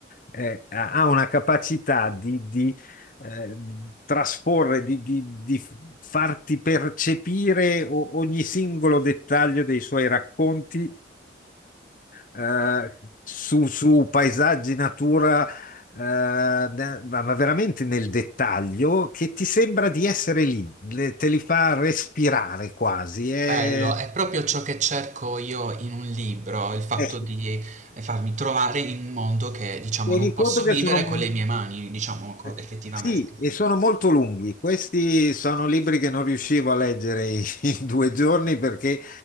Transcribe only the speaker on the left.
eh, ha ha una capacità di, di, eh, trasporre, di, di- di farti percepire o- ogni singolo dettaglio dei suoi racconti eh, su, su paesaggi, natura, eh, ne- ma ma veramente nel dettaglio, che ti sembra di essere lì, le- te li fa respirare quasi. E,
ecco,
tieni
conto
che
sono
Eh,
Sì, e sono molto lunghi. Questi sono libri che non riuscivo a leggere in <laughs> in due giorni perché